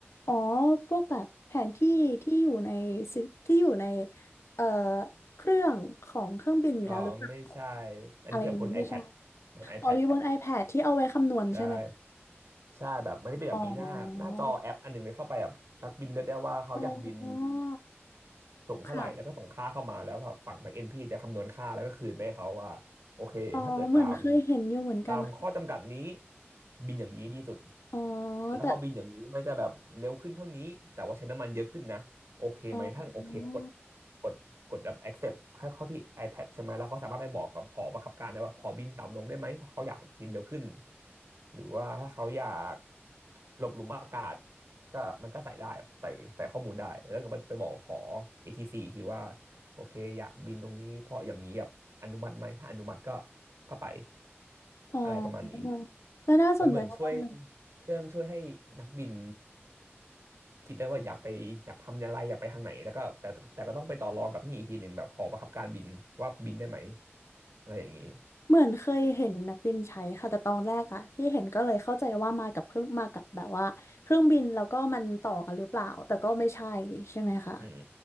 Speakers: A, on the left; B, on the right.
A: อ๋อพวกแบบแผนที่ที่อยู่ในซิที่อยู่ในเอ่อเครื่องของเครื่องบินอยู่แล้วหรือเปล่า
B: อ๋อไม่ใช่อันนี้คือแบบบน
A: อะไรอย่างนี้ไม่ใช่
B: iPad บน iPad
A: อ๋ออยู่บน iPad ที่เอาไว้คำนวณใช่ไหม
B: ได้ใช่แบบมันจะเป็นแบบมีหน้าหน้าจอแอปอันหนึ่งเลยเข้าไปแบบนักบินเลือกได้ว่าเขาอยากบิน
A: อ๋ออ๋อ
B: ส่งเท่าไหร่แล้วก็ส่งค่าเข้ามาแล้วฝั่ง
A: ค่ะ
B: backend พี่จะคำนวณค่าแล้วก็คืนไปให้เขาว่าโอเคถ้าเกิดตาม
A: อ๋อเหมือนเคยเห็นอยู่เหมือนกันค่ะ
B: ตามข้อจำกัดนี้บินอย่างนี้ดีสุด
A: อ๋อ
B: แล้วพอบินอย่างนี้มันจะแบบเร็วขึ้นเท่านี้แต่ว่าใช้น้ำมันเยอะขึ้นนะโอเคไหมถ้าโอเคก็กด
A: แต่อ๋อ
B: กดกดแบบ accept เข้าเข้าที่ iPad ใช่ไหมแล้วเขาสามารถไปบอกกับหอบังคับการได้ว่าขอบินต่ำลงได้ไหมเพราะเขาอยากบินเร็วขึ้นหรือว่าถ้าเขาอยากหลบหลุมอากาศ ก็มันก็ใส่ได้ใส่ใส่ข้อมูลได้แล้วก็ไปไปบอกขอ a t ีซีอีกทีว่าโอเคอยากบินตรงนี้เพราะอย่างนี้แบบอนุมัติไหมถ้าอนุมัติก็ก็ไป
A: อ๋อ
B: อะไรประมาณนี้
A: แล้วน่าสนใจมากๆเลย
B: มันเหมือนช่วยเครื่องช่วยให้นักบินคิดได้ว่าอยากไปอยากทำอะไรอยากไปทางไหนแล้วก็แต่แต่แต่ก็ต้องไปต่อรองกับนี่อีกทีหนึ่งแบบหอบังคับการบินว่าบินได้ไหมอะไรอย่างนี้
A: เหมือนเคยเห็นนักบินใช้ค่ะแต่ตอนแรกอะที่เห็นก็เลยเข้าใจว่ามากับเครื่องมากับแบบว่าเครื่องบินแล้วก็มันต่อกันหรือเปล่าแต่ก็ไม่ใช่ใช่ไหมคะ
B: อืม